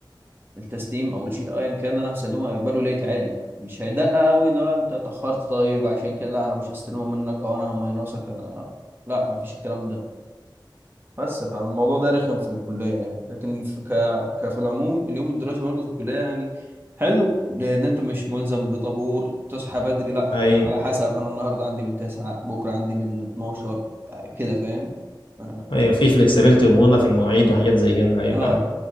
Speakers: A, on the right; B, on the left.
A: التسليم او الشيت ايا كان انا هسلمه هيقبله ليت عادي مش هيدقق قوي لا انت اتاخرت طيب عشان كده لا انا مش هستلمه منك او انا هماينصك أنا... لا مفيش الكلام ده بس فالموضوع ده رخم في الكليه يعني لكن في ك... ك في العموم اليوم الدراسي برضه في الكليه يعني حلو لان انت مش ملزم بطابور تصحى بدري لا
B: اي
A: يعني على حسب انا النهارده عندي من 9 بكره عندي من 12 كده فاهم آه.
B: ايوه في فلكسبيتي ومرونه في المواعيد وحاجات زي كده ايوه
A: اه
B: فاهم